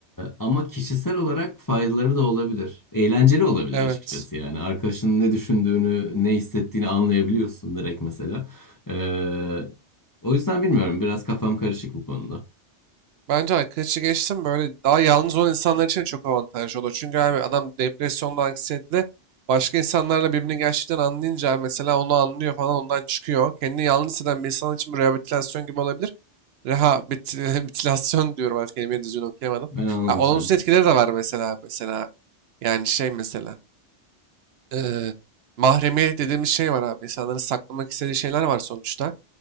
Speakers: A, on the left (about 20°); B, on the right (about 65°).
A: ama kişisel olarak faydaları da olabilir. Eğlenceli olabilir
B: Evet.
A: açıkçası yani. Arkadaşının ne düşündüğünü, ne hissettiğini anlayabiliyorsun direkt mesela. Ee, o yüzden bilmiyorum. Biraz kafam karışık bu konuda.
B: Bence arkadaşı geçtim böyle daha yalnız olan insanlar için çok avantajlı olur. Çünkü abi adam depresyonda, anksiyetede başka insanlarla birbirini gerçekten anlayınca mesela onu anlıyor falan ondan çıkıyor. Kendini yalnız hisseden bir insan için bu rehabilitasyon gibi olabilir. Rehabilitasyon <laughs> diyorum artık kelimeyi düzgün okuyamadım.
A: Ben anladım
B: Ha, olumsuz
A: seni.
B: etkileri de var mesela mesela. Yani şey mesela eee mahremiyet dediğimiz şey var abi. İnsanların saklamak istediği şeyler var sonuçta.